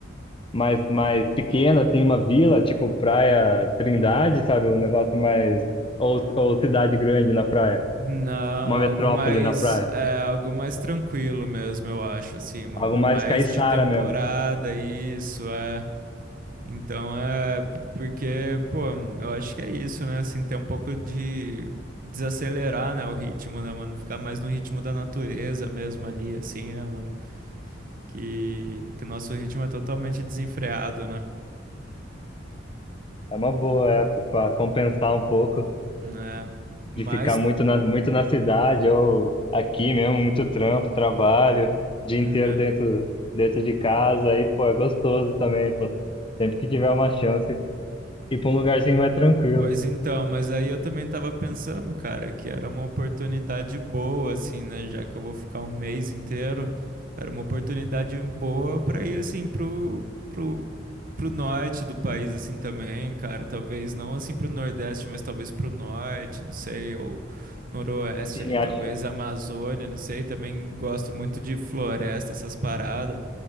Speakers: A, on the left; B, on the right.
A: mais, mais pequena, assim, uma vila, tipo Praia Trindade, sabe? Um negócio mais. Ou, ou cidade grande na praia,
B: Não,
A: uma
B: algo
A: metrópole
B: mais,
A: na praia.
B: é, algo mais tranquilo mesmo, eu acho, assim, mano.
A: Algo mais
B: Mais
A: caiçara
B: de temporada,
A: mesmo.
B: isso, é. Então é porque, pô, eu acho que é isso, né? Assim, ter um pouco de desacelerar, né, o ritmo, né, mano? Ficar mais no ritmo da natureza mesmo ali, assim, né, mano? Que, que o nosso ritmo é totalmente desenfreado, né?
A: É uma boa época para compensar um pouco
B: Né? Mas,
A: de ficar muito na, muito na cidade ou aqui mesmo, muito trampo, trabalho, dia
B: né,
A: inteiro dentro, dentro de casa. Aí, pô, é gostoso também, pô. Sempre que tiver uma chance, ir para um lugarzinho mais tranquilo.
B: Pois então, mas aí eu também tava pensando, cara, que era uma oportunidade boa, assim, né? Já que eu vou ficar um mês inteiro, era uma oportunidade boa pra ir, assim, pro, pro, pro norte do país, assim, também, cara. Talvez não, assim, pro Nordeste, mas talvez pro Norte, não sei, ou Noroeste
A: Sim,
B: ali,
A: acho
B: talvez
A: que
B: Amazônia, não sei. Também gosto muito de floresta, essas paradas.